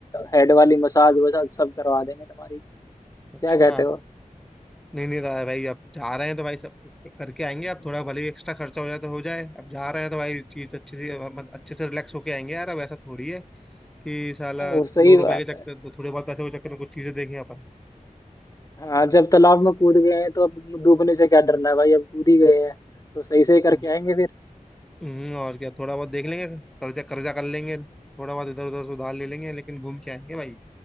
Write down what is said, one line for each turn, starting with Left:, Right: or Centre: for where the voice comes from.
Left: हेड वाली मसाज वसाज सब करवा देंगे तुम्हारी क्या
Centre: अच्छा
Left: कहते हो
Centre: नहीं नहीं रहा है भाई अब जा रहे हैं तो भाई सब करके आएंगे अब थोड़ा भले ही एक्स्ट्रा खर्चा हो जाए तो हो जाए अब जा रहे हैं तो भाई चीज अच्छे से मतलब अच्छे से रिलैक्स होके आएंगे यार अब ऐसा थोड़ी है कि साला
Left: वो
Centre: दो
Left: सही बात
Centre: रुपए के चक्कर
Left: है
Centre: थोड़े बहुत पैसे के चक्कर में कुछ चीजें देखें अपन
Left: हाँ जब तालाब में कूद गए हैं तो अब डूबने से क्या डरना है भाई अब कूद ही गए हैं तो सही से करके
Centre: अब ज-
Left: आएंगे फिर
Centre: हम्म, और क्या थोड़ा बहुत देख लेंगे कर्जा कर्जा कर लेंगे थोड़ा बहुत इधर उधर से उधार ले लेंगे लेकिन घूम के आएंगे भाई